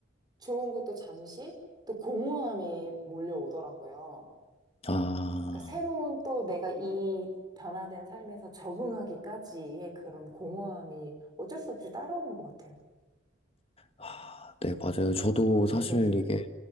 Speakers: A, on the right (about 20°); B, on the left (about 30°).
A: 좋은 것도 잠시 또 공허함이 몰려오더라고요.
B: 아,
A: 그러니까 새로운 또 내가 이 변화된 삶에서 적응하기까지의 그런 공허함이 어쩔 수 없이 따라오는 것 같아요.
B: 아, 네, 맞아요. 저도 사실
A: 네,
B: 이게